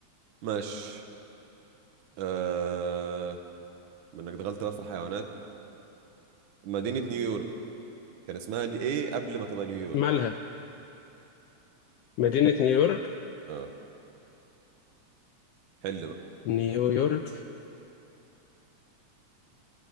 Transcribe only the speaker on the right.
ماشي آه... منك دخلت بقى في الحيوانات مدينة نيويورك كان اسمها ني- ايه قبل ما تبقى نيويورك
اه حل بقى